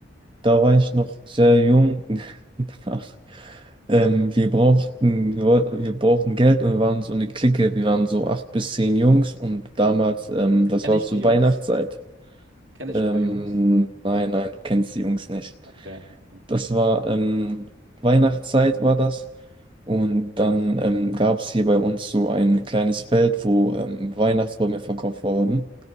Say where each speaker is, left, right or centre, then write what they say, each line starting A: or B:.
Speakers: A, on the right; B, on the right.
A: da war ich noch sehr jung. <laughs> da- Ähm, wir brauchten, wir wollten, wir brauchten Geld und wir waren so eine Clique. Wir waren so acht bis zehn Jungs und damals, ähm, das
B: Kenne
A: war
B: ich
A: zur
B: die Jungs?
A: Weihnachtszeit.
B: Kenne
A: Ähm,
B: ich ein paar Jungs?
A: nein, nein, du kennst die Jungs nicht.
B: Okay, okay.
A: Das war ähm, Weihnachtszeit war das. Und dann ähm, gab es hier bei uns so ein kleines Feld, wo ähm, Weihnachtsbäume verkauft wurden.